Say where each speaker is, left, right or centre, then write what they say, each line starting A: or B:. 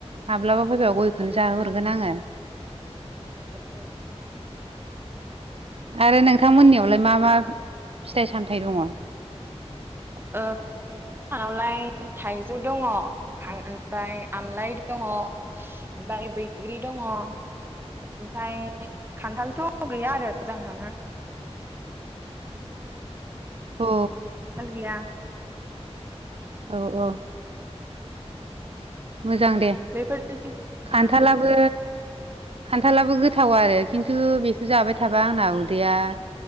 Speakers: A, on the right (about 60°); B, on the right (about 20°).
A: माब्लाबा फैब गयखौनो जाहोहरगोन आङो।
B: औ औ।
A: आरो नोंथांमोननियावलाय मा मा फिथाइ सामथायाइ दङ? <unintelligible>
B: ओ नावलाय थाइजौ दङ ओमफ्राय आमलाइ दङ बाय बैग्रि दङ। ओमफ्राय खान्थालथ' गैया आरो जोंहाना।
A: अ।
B: खान्थाल गैया
A: औ औ। मोजां दे
B: बेफोरनोसै
A: खान्थालाबो
B: उम
A: खान्थालाबो गोथाव आरो खिन्थु बेखौ जाबाय थाबा आंना उदैया